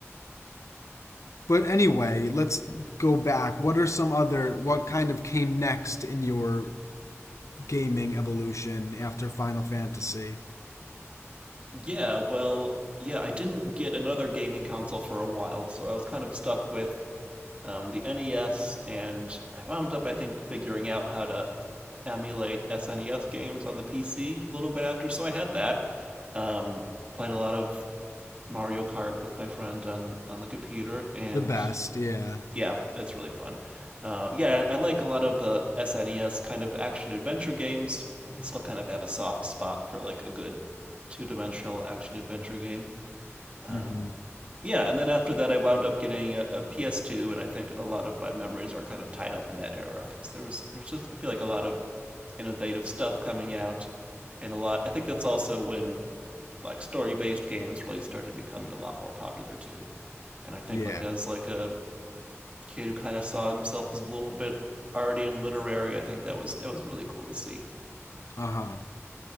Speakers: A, on the left (about 85°); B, on the right (about 25°).
A: But anyway, let's go back. What are some other what kind of came next in your gaming evolution after Final Fantasy?
B: Yeah, well, yeah, I didn't get another gaming console for a while, so I was kind of stuck with um, the NES, and I wound up, I think, figuring out how to emulate SNES games on the PC a little bit after. So I had that. Um, played a lot of Mario Kart with my friend on on the computer, and
A: The best, yeah.
B: yeah, it's really fun. Uh, yeah, I like a lot of the SNES kind of action adventure games. I still kind of have a soft spot for like a good two dimensional action adventure game. Um,
A: hmm
B: yeah, and then after that, I wound up getting a, PS2, and I think a lot of my memories are kind of tied up in that era because there was there was just I feel like a lot of innovative stuff coming out, and a lot. I think that's also when like story based games really started becoming a lot more popular too. And I think
A: Yeah.
B: like as like a kid who kind of saw himself as a little bit arty and literary. I think that was that was really cool to see.
A: Uh-huh.